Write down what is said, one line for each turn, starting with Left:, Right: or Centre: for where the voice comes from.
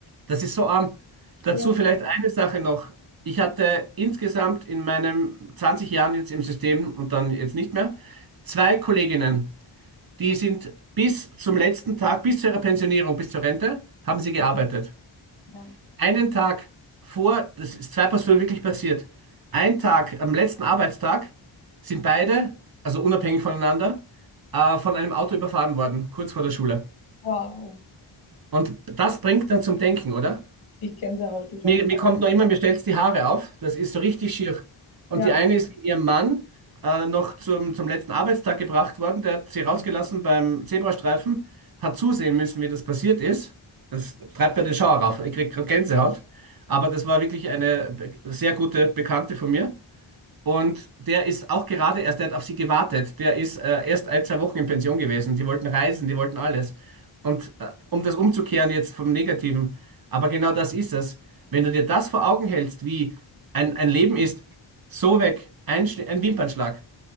Right: Das ist so arm. Dazu
Left: Ja,
Right: vielleicht eine Sache noch. Ich hatte insgesamt in meinen 20 Jahren jetzt im System und dann jetzt nicht mehr, zwei Kolleginnen, die sind bis zum letzten Tag, bis zu ihrer Pensionierung, bis zur Rente, haben sie gearbeitet
Left: Mann.
Right: einen Tag vor, das ist zwei Personen wirklich passiert, einen Tag, am letzten Arbeitstag, sind beide, also unabhängig voneinander, äh, von einem Auto überfahren worden, kurz vor der Schule.
Left: Wow,
Right: Und das bringt dann zum Denken, oder?
Left: ich Gänsehaut direkt.
Right: Mir, mir kommt noch immer, mir stellt die Haare auf. Das ist so richtig schier. Und
Left: Ja.
Right: die eine ist mit ihrem Mann äh, noch zum, zum letzten Arbeitstag gebracht worden. Der hat sie rausgelassen beim Zebrastreifen, hat zusehen müssen, wie das passiert ist. Das treibt mir den Schauer rauf. Ich krieg gerade Gänsehaut. Aber das war wirklich eine be- sehr gute Bekannte von mir. Und der ist auch gerade erst, der hat auf sie gewartet. Der ist äh, erst ein, zwei Wochen in Pension gewesen. Die wollten reisen, die wollten alles. Und äh, um das umzukehren jetzt vom Negativen, aber genau das ist es. Wenn du dir das vor Augen hältst, wie ein, ein Leben ist, so weg, ein, Schn- ein Wimpernschlag.